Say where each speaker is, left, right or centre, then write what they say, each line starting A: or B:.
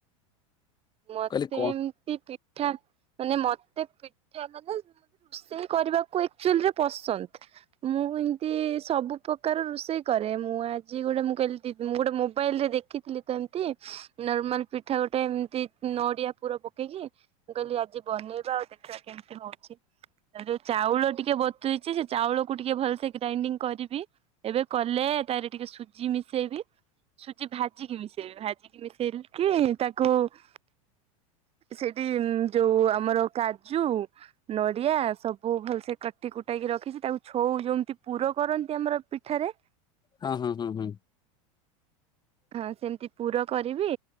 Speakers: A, on the right (about 35°); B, on the left (about 25°).
A: ମତେ
B: କହିଲେ କଣ
A: ଏମତି ପିଠା ମାନେ ମତେ ପିଠା ମାନେ -- ଷେଇ କରିବାକୁ ଏକଚୁଲିରେ ପସନ୍ଦ। ମୁଁ ଏମତି ସବୁ ପ୍ରକାର ରୋଷେଇ କରେ। ମୁଁ ଆଜି ଗୋଟେ ମୁଁ କଇଲି ଦି ମୁଁ ଗୋଟେ ମୋବାଇଲ ରେ ଦେ ଖିଥିଲି ତ ଏମତି। ନର୍ମାଲ ପିଠା ଗୋଟେ ଏମତି। ନଡିଆ ପୁର ପକେଇକି ମୁଁ କଇଲି ଆଜି ବନେଇବା ଆଉ ଦେଖିବା କେମିତି ହୋଉଚି। ଚାଉଳ ଟିକେ ବତୁରେଇଚି। ସେ ଚାଉଳ କୁ ଟିକେ ଭଲସ ଗ୍ରାଇଣ୍ଡିଙ୍ଗ କରିବି। ଏବେ କଲେ ତାରେ ଟିକେ ସୁଜି ମିଶେଇବି। ସୁଜି ଭାଜିକି ମିଶେଇବେ। ଭାଜିକି ମିଶେଇ କିି ତାକୁ- - ସେଇଠି ଯୋଉ ଆମର କାଜୁ -- ନଡିଆ ସବୁ ଭଲସେ କାଟି କୁଟାଇକି ରଖିଚି ତାକୁ ଛଉ ଯେମିତି ପୁର କରନ୍ତି ଆମର ପିଠାରେ।
B: ହଁ ହଁ ହୁଁ ହୁଁ।
A: ହଁ ସେମିତି ପୁର କରିବି।